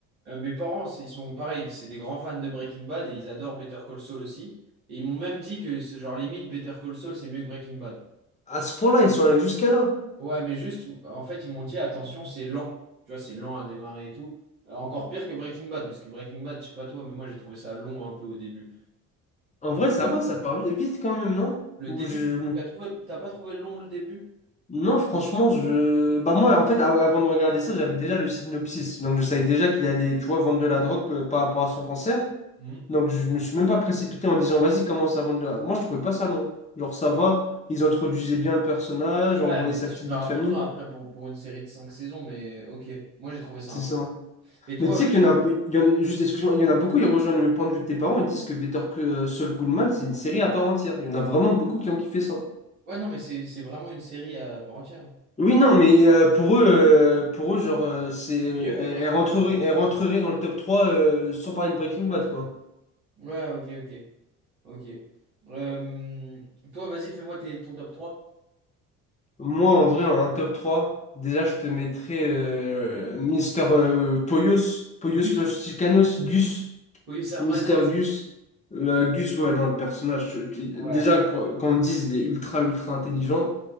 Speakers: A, on the right; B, on the left.
A: euh, mes parents, c'est- ils sont pareils, c'est des grands fans de Breaking Bad et ils adorent Better Call Saul aussi. Et ils m'ont même dit que, c'est genre, limite, Better Call Saul, c'est mieux que Breaking Bad.
B: À ce point-là, ils sont allés jusqu'à là.
A: Ouais, mais juste, en fait, ils m'ont dit, attention, c'est lent. Tu vois, c'est lent à démarrer et tout. Euh, Encore pire que Breaking Bad, parce que Breaking Bad, je sais pas toi, mais moi, j'ai trouvé ça long un peu au début.
B: En vrai, ça va, ça part vite quand même, non?
A: Le
B: Ou
A: début,
B: je...
A: tu n'as trouvé, t'as pas trouvé long le début?
B: Non, franchement, je... Bah moi, en fait, av- avant de regarder ça, j'avais déjà le synopsis. Donc, je savais déjà qu'il allait, tu vois, vendre de la drogue euh, par rapport à son cancer.
A: Hmm.
B: Donc, je me suis même pas précipité en disant, vas-y, commence à vendre de la... Moi, je trouvais pas ça long. Genre, ça va, ils introduisaient bien le personnage,
A: Ouais,
B: on voyait
A: mais c'est
B: sa
A: super
B: petite vie
A: important
B: de famille.
A: après pour, pour une série de cinq saisons, mais ok, moi j'ai trouvé ça
B: C'est
A: un peu
B: ça.
A: long. Et toi,
B: Mais tu sais
A: vas-y.
B: qu'il y en a... il y en a- Juste, excuse-moi, il y en a beaucoup, ils rejoignent le point de vue de tes parents et disent que Better que Saul Goodman, c'est une série à part entière. Il y en a vraiment beaucoup qui ont kiffé ça.
A: Ouais, non, mais c'est c'est vraiment une série à part entière.
B: Oui, non, mais euh, pour eux, euh, pour eux, genre, euh, c'est, elle,
A: C'est mieux que Breaking
B: elle rentrerait,
A: Bad.
B: elle rentrerait dans le top 3 euh, sans parler de Breaking Bad, quoi.
A: Ouais, ok, ok, ok. Euh, toi, vas-y, fais-moi tes- ton top trois.
B: Moi, en vrai, un top 3 déjà, je te mettrais euh, Mister euh, Polios, Polios
A: Gus,
B: Los Chicanos, Gus,
A: Pollos Hermanos.
B: Mister Gus. Euh, Gus, ouais, non, le personnage, je- tu-
A: Ouais,
B: déjà, quand, quand on me dise, il est ultra, ultra intelligent.